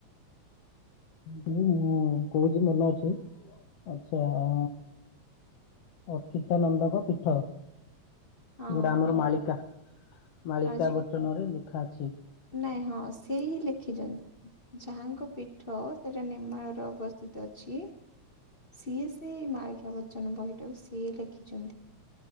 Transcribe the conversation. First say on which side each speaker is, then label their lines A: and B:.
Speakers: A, on the left; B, on the left.
A: ମୁଁ ହଁ କହୁଛି ମନେ ଅଛି ଆଛା ଆ ଅଚ୍ୟୁତାନନ୍ଦଙ୍କ ପୀଠ।
B: ହଁ
A: ଯୋଉଟା ଆମର
B: ନାଇଁ
A: ମାଳିକା ମାଳିକା
B: ଆଜି
A: ବଚନ ରେ ଲେଖା ଅଛି।
B: ନାଇଁ ହଁ ସେ ହିଁ ଲେଖିଛନ୍ତି। ଯାହାଙ୍କ ପୀଠ ସେଟା ନେମାଳରେ ଅବସ୍ଥିତ ଅଛି। ସିଏ ସେଇ ମାଳିକା ବଚନ ବହିଟାକୁ ସିଏ ଲେଖିଛନ୍ତି।